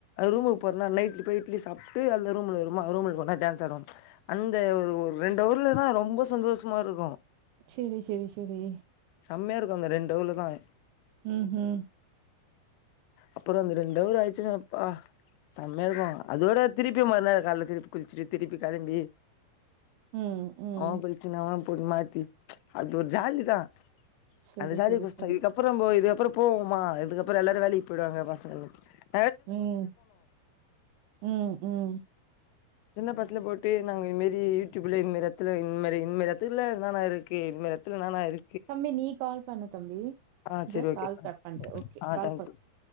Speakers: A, on the left; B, on the right.
A: ரூமுக்கு போறேனா நைட்டுல போய்ட்டு இட்லி சாப்பிட்டு அந்த ரூம்ல இருக்குறவுங்க எல்லாம் டான்ஸ் ஆடுவாங்க அந்த ஒரு ஒரு ரெண்டு ஊர்லதான் ரொம்ப சந்தோஷமா இருக்கும்
B: செரி செரி செரி
A: கம்மியா இருக்கும் அந்த ரெண்டு வில் தான்
B: உஹம் உஹம்
A: அப்புறம் அந்த ரெண்ட ஊர் ஆயிடுச்சுங்கப்பா செம்மையா இருக்கும் அதோட திருப்பி மறுநாள் காலல திருப்பி குளிச்சுட்டு திருப்பி களம்பி
B: ம், ம். ம்
A: அவன் பிரச்சனை பொது மாத்தி அது ஒரு ஒரு ஜாலிதா
B: சரி,
A: அந்த ஜாலி
B: சரி,
A: குச்தா
B: சரி.
A: இதுக்கப்புறம்போய் ஏதோ அப்புறம் போவோமா அதுக்கப்புறம் எல்லாரும் வேலை போய்டுவாங்க பசங்கல அலச்சுட்டு
B: உம் உம் உம்
A: சின்ன பஸ்ல போட்டு நாங்க இதுமாரி யூடியூப்ல இந்த மாரி இடத்துல இந்த மாரி இந்த மாரி இடத்துல நானா இருக்கு இந்த மாரி இடத்துல நானா இருக்கு
B: தம்பி நீ கால் பண்ண தம்பி
A: ஆ
B: இந்த
A: சரி ஓகே
B: கால் கட் பண்றேன் ஓகே
A: ஆ
B: கால்
A: தேங்க்யூ
B: பண்